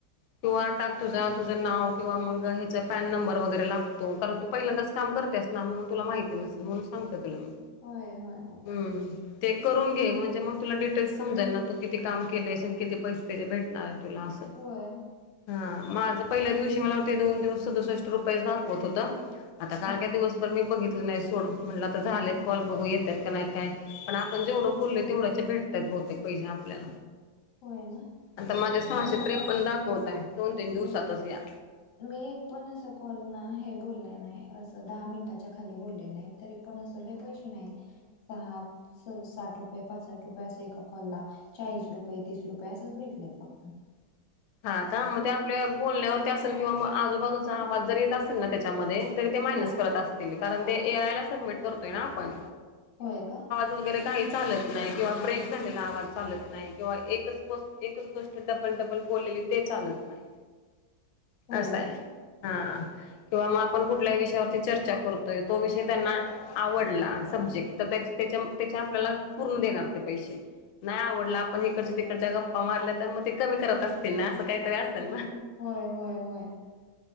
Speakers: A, on the left (about 80°); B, on the left (about 50°).
A: क्यूआर टाक तुझा तुझं नाव किंवा मग ह्याचा पॅन नंबर वगैरे लागतो कारण तू पहिल्यांदाच काम करतेयास ना म्हणून तुला माहिती नसेल म्हणून सांगता तुला मी
B: होय होय
A: हम् ते करून घे म्हणजे मग तुला डिटेल्स समजाल ना तू किती काम केलस आण किती पैसे भेटणार आहे तुला असं
B: होय
A: हा माझं पहिल्या दिवशी मला वाते दोन दिवस सदुसष्ट रुपये दाखवत होत आता काल
B: हा
A: का दिवस तरर मी बघितलं नाही सोड म्हटलं आता झालेत कॉल बघू येतात का नाही काय पण आपण जेवढं बोललो तेवढ्याच्या भेट बहुतेक पैसे आपल्याला
B: होय ना
A: आता माझे सहाशे
B: पण आता
A: त्रेपन दाखवतं आहे दोन तीन दिवसातच
B: हा
A: या
B: मी एक पण अस कॉल ना हे बोलले नाही असं दहा मिनटाच्या खाली बोलले नाहीत तरी पण असे लय पैसे नाही सहा स साठ रुपये पाचसाठ रुपये असं एका कॉलला चाळीस रुपये तीस रुपये असंच भेटलेत फक्त
A: हा का मग ते आपल्या बोलण्यावरती असेल किंवा मग आजूबाजूचा आवाज जर येत असेल ना त्याच्यामध्ये तरी ते मान्यच
B: हा
A: करत असतील कारण की ते ए आय ला सबमिट करतो आहे ना आपण
B: होय का
A: वगरे काही चालत नाही किंवा ब्रेक झालेला आवाज चालत नाही किंवा एकच एकच गोष्ट डबल डबल बोललेली ते चालत नाही
B: होय
A: असंय
B: का
A: हा किंवा मग आपण कुठल्याही विषयावरती चर्चा करतोय तो विषय त्यांना आवडला सब्जेक्ट तर त्या त्याच्या आपल्याला पूर्ण देणार ते पैसे नाही आवडलं आपण इिकडच्या तिकडच्या गप्पा मारल्या तर मग ते कमी करत असतील ना असं काहीतरी असेल ना
B: होय होय होय